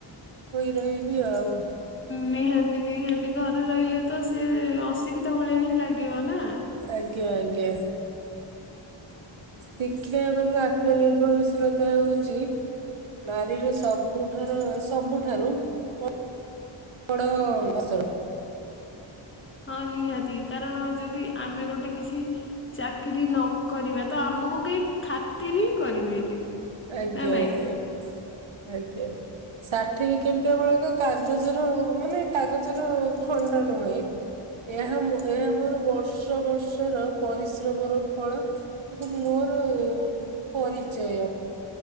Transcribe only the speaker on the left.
ନିହାତି ନିହାତି ଘରେ ରହିଲେ ତ ସେ ଅଶିକ୍ଷିିତା ଭଳିଆ ହିଁ ଲାଗିବ ନା?
ହଁ ନିହାତି କାରଣ ଯଦି ଆମେ ଗୋଟେ କିଛି ଚାକିରିୀ ନକରିବା ତ ଆମକୁ କେହି ଖାତିର ହିଁ କରିବେନି।
ନା ନାଇଁ।